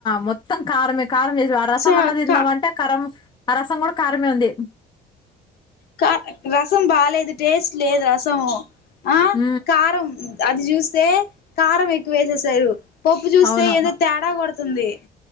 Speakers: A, on the left; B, on the left.
A: మత్త సంసార మ కారం చేస ఆ రసం
B: సో
A: అన్నది తిందాం
B: కా
A: అంటే కరారం ఆ రసం కూడా కారంమే ఉంది
B: కా రసం బాలేేదు టేస్ట్ లేదు రసము ఆ
A: హ
B: కారం అది చూస్తే కారం ఎక్కువ వేసేసారు పప్పు చూస్తే
A: అవును
B: ఏదో తేడా కొడు వస్తుంది